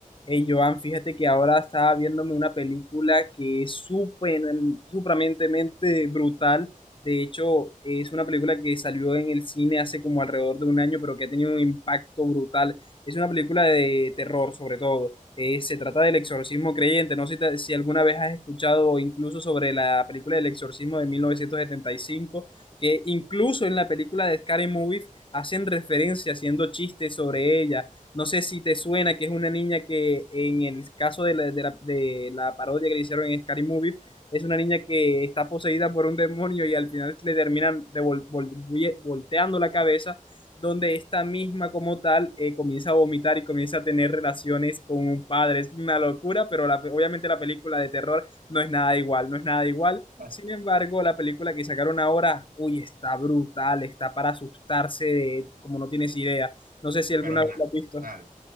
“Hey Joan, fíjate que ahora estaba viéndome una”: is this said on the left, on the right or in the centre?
Left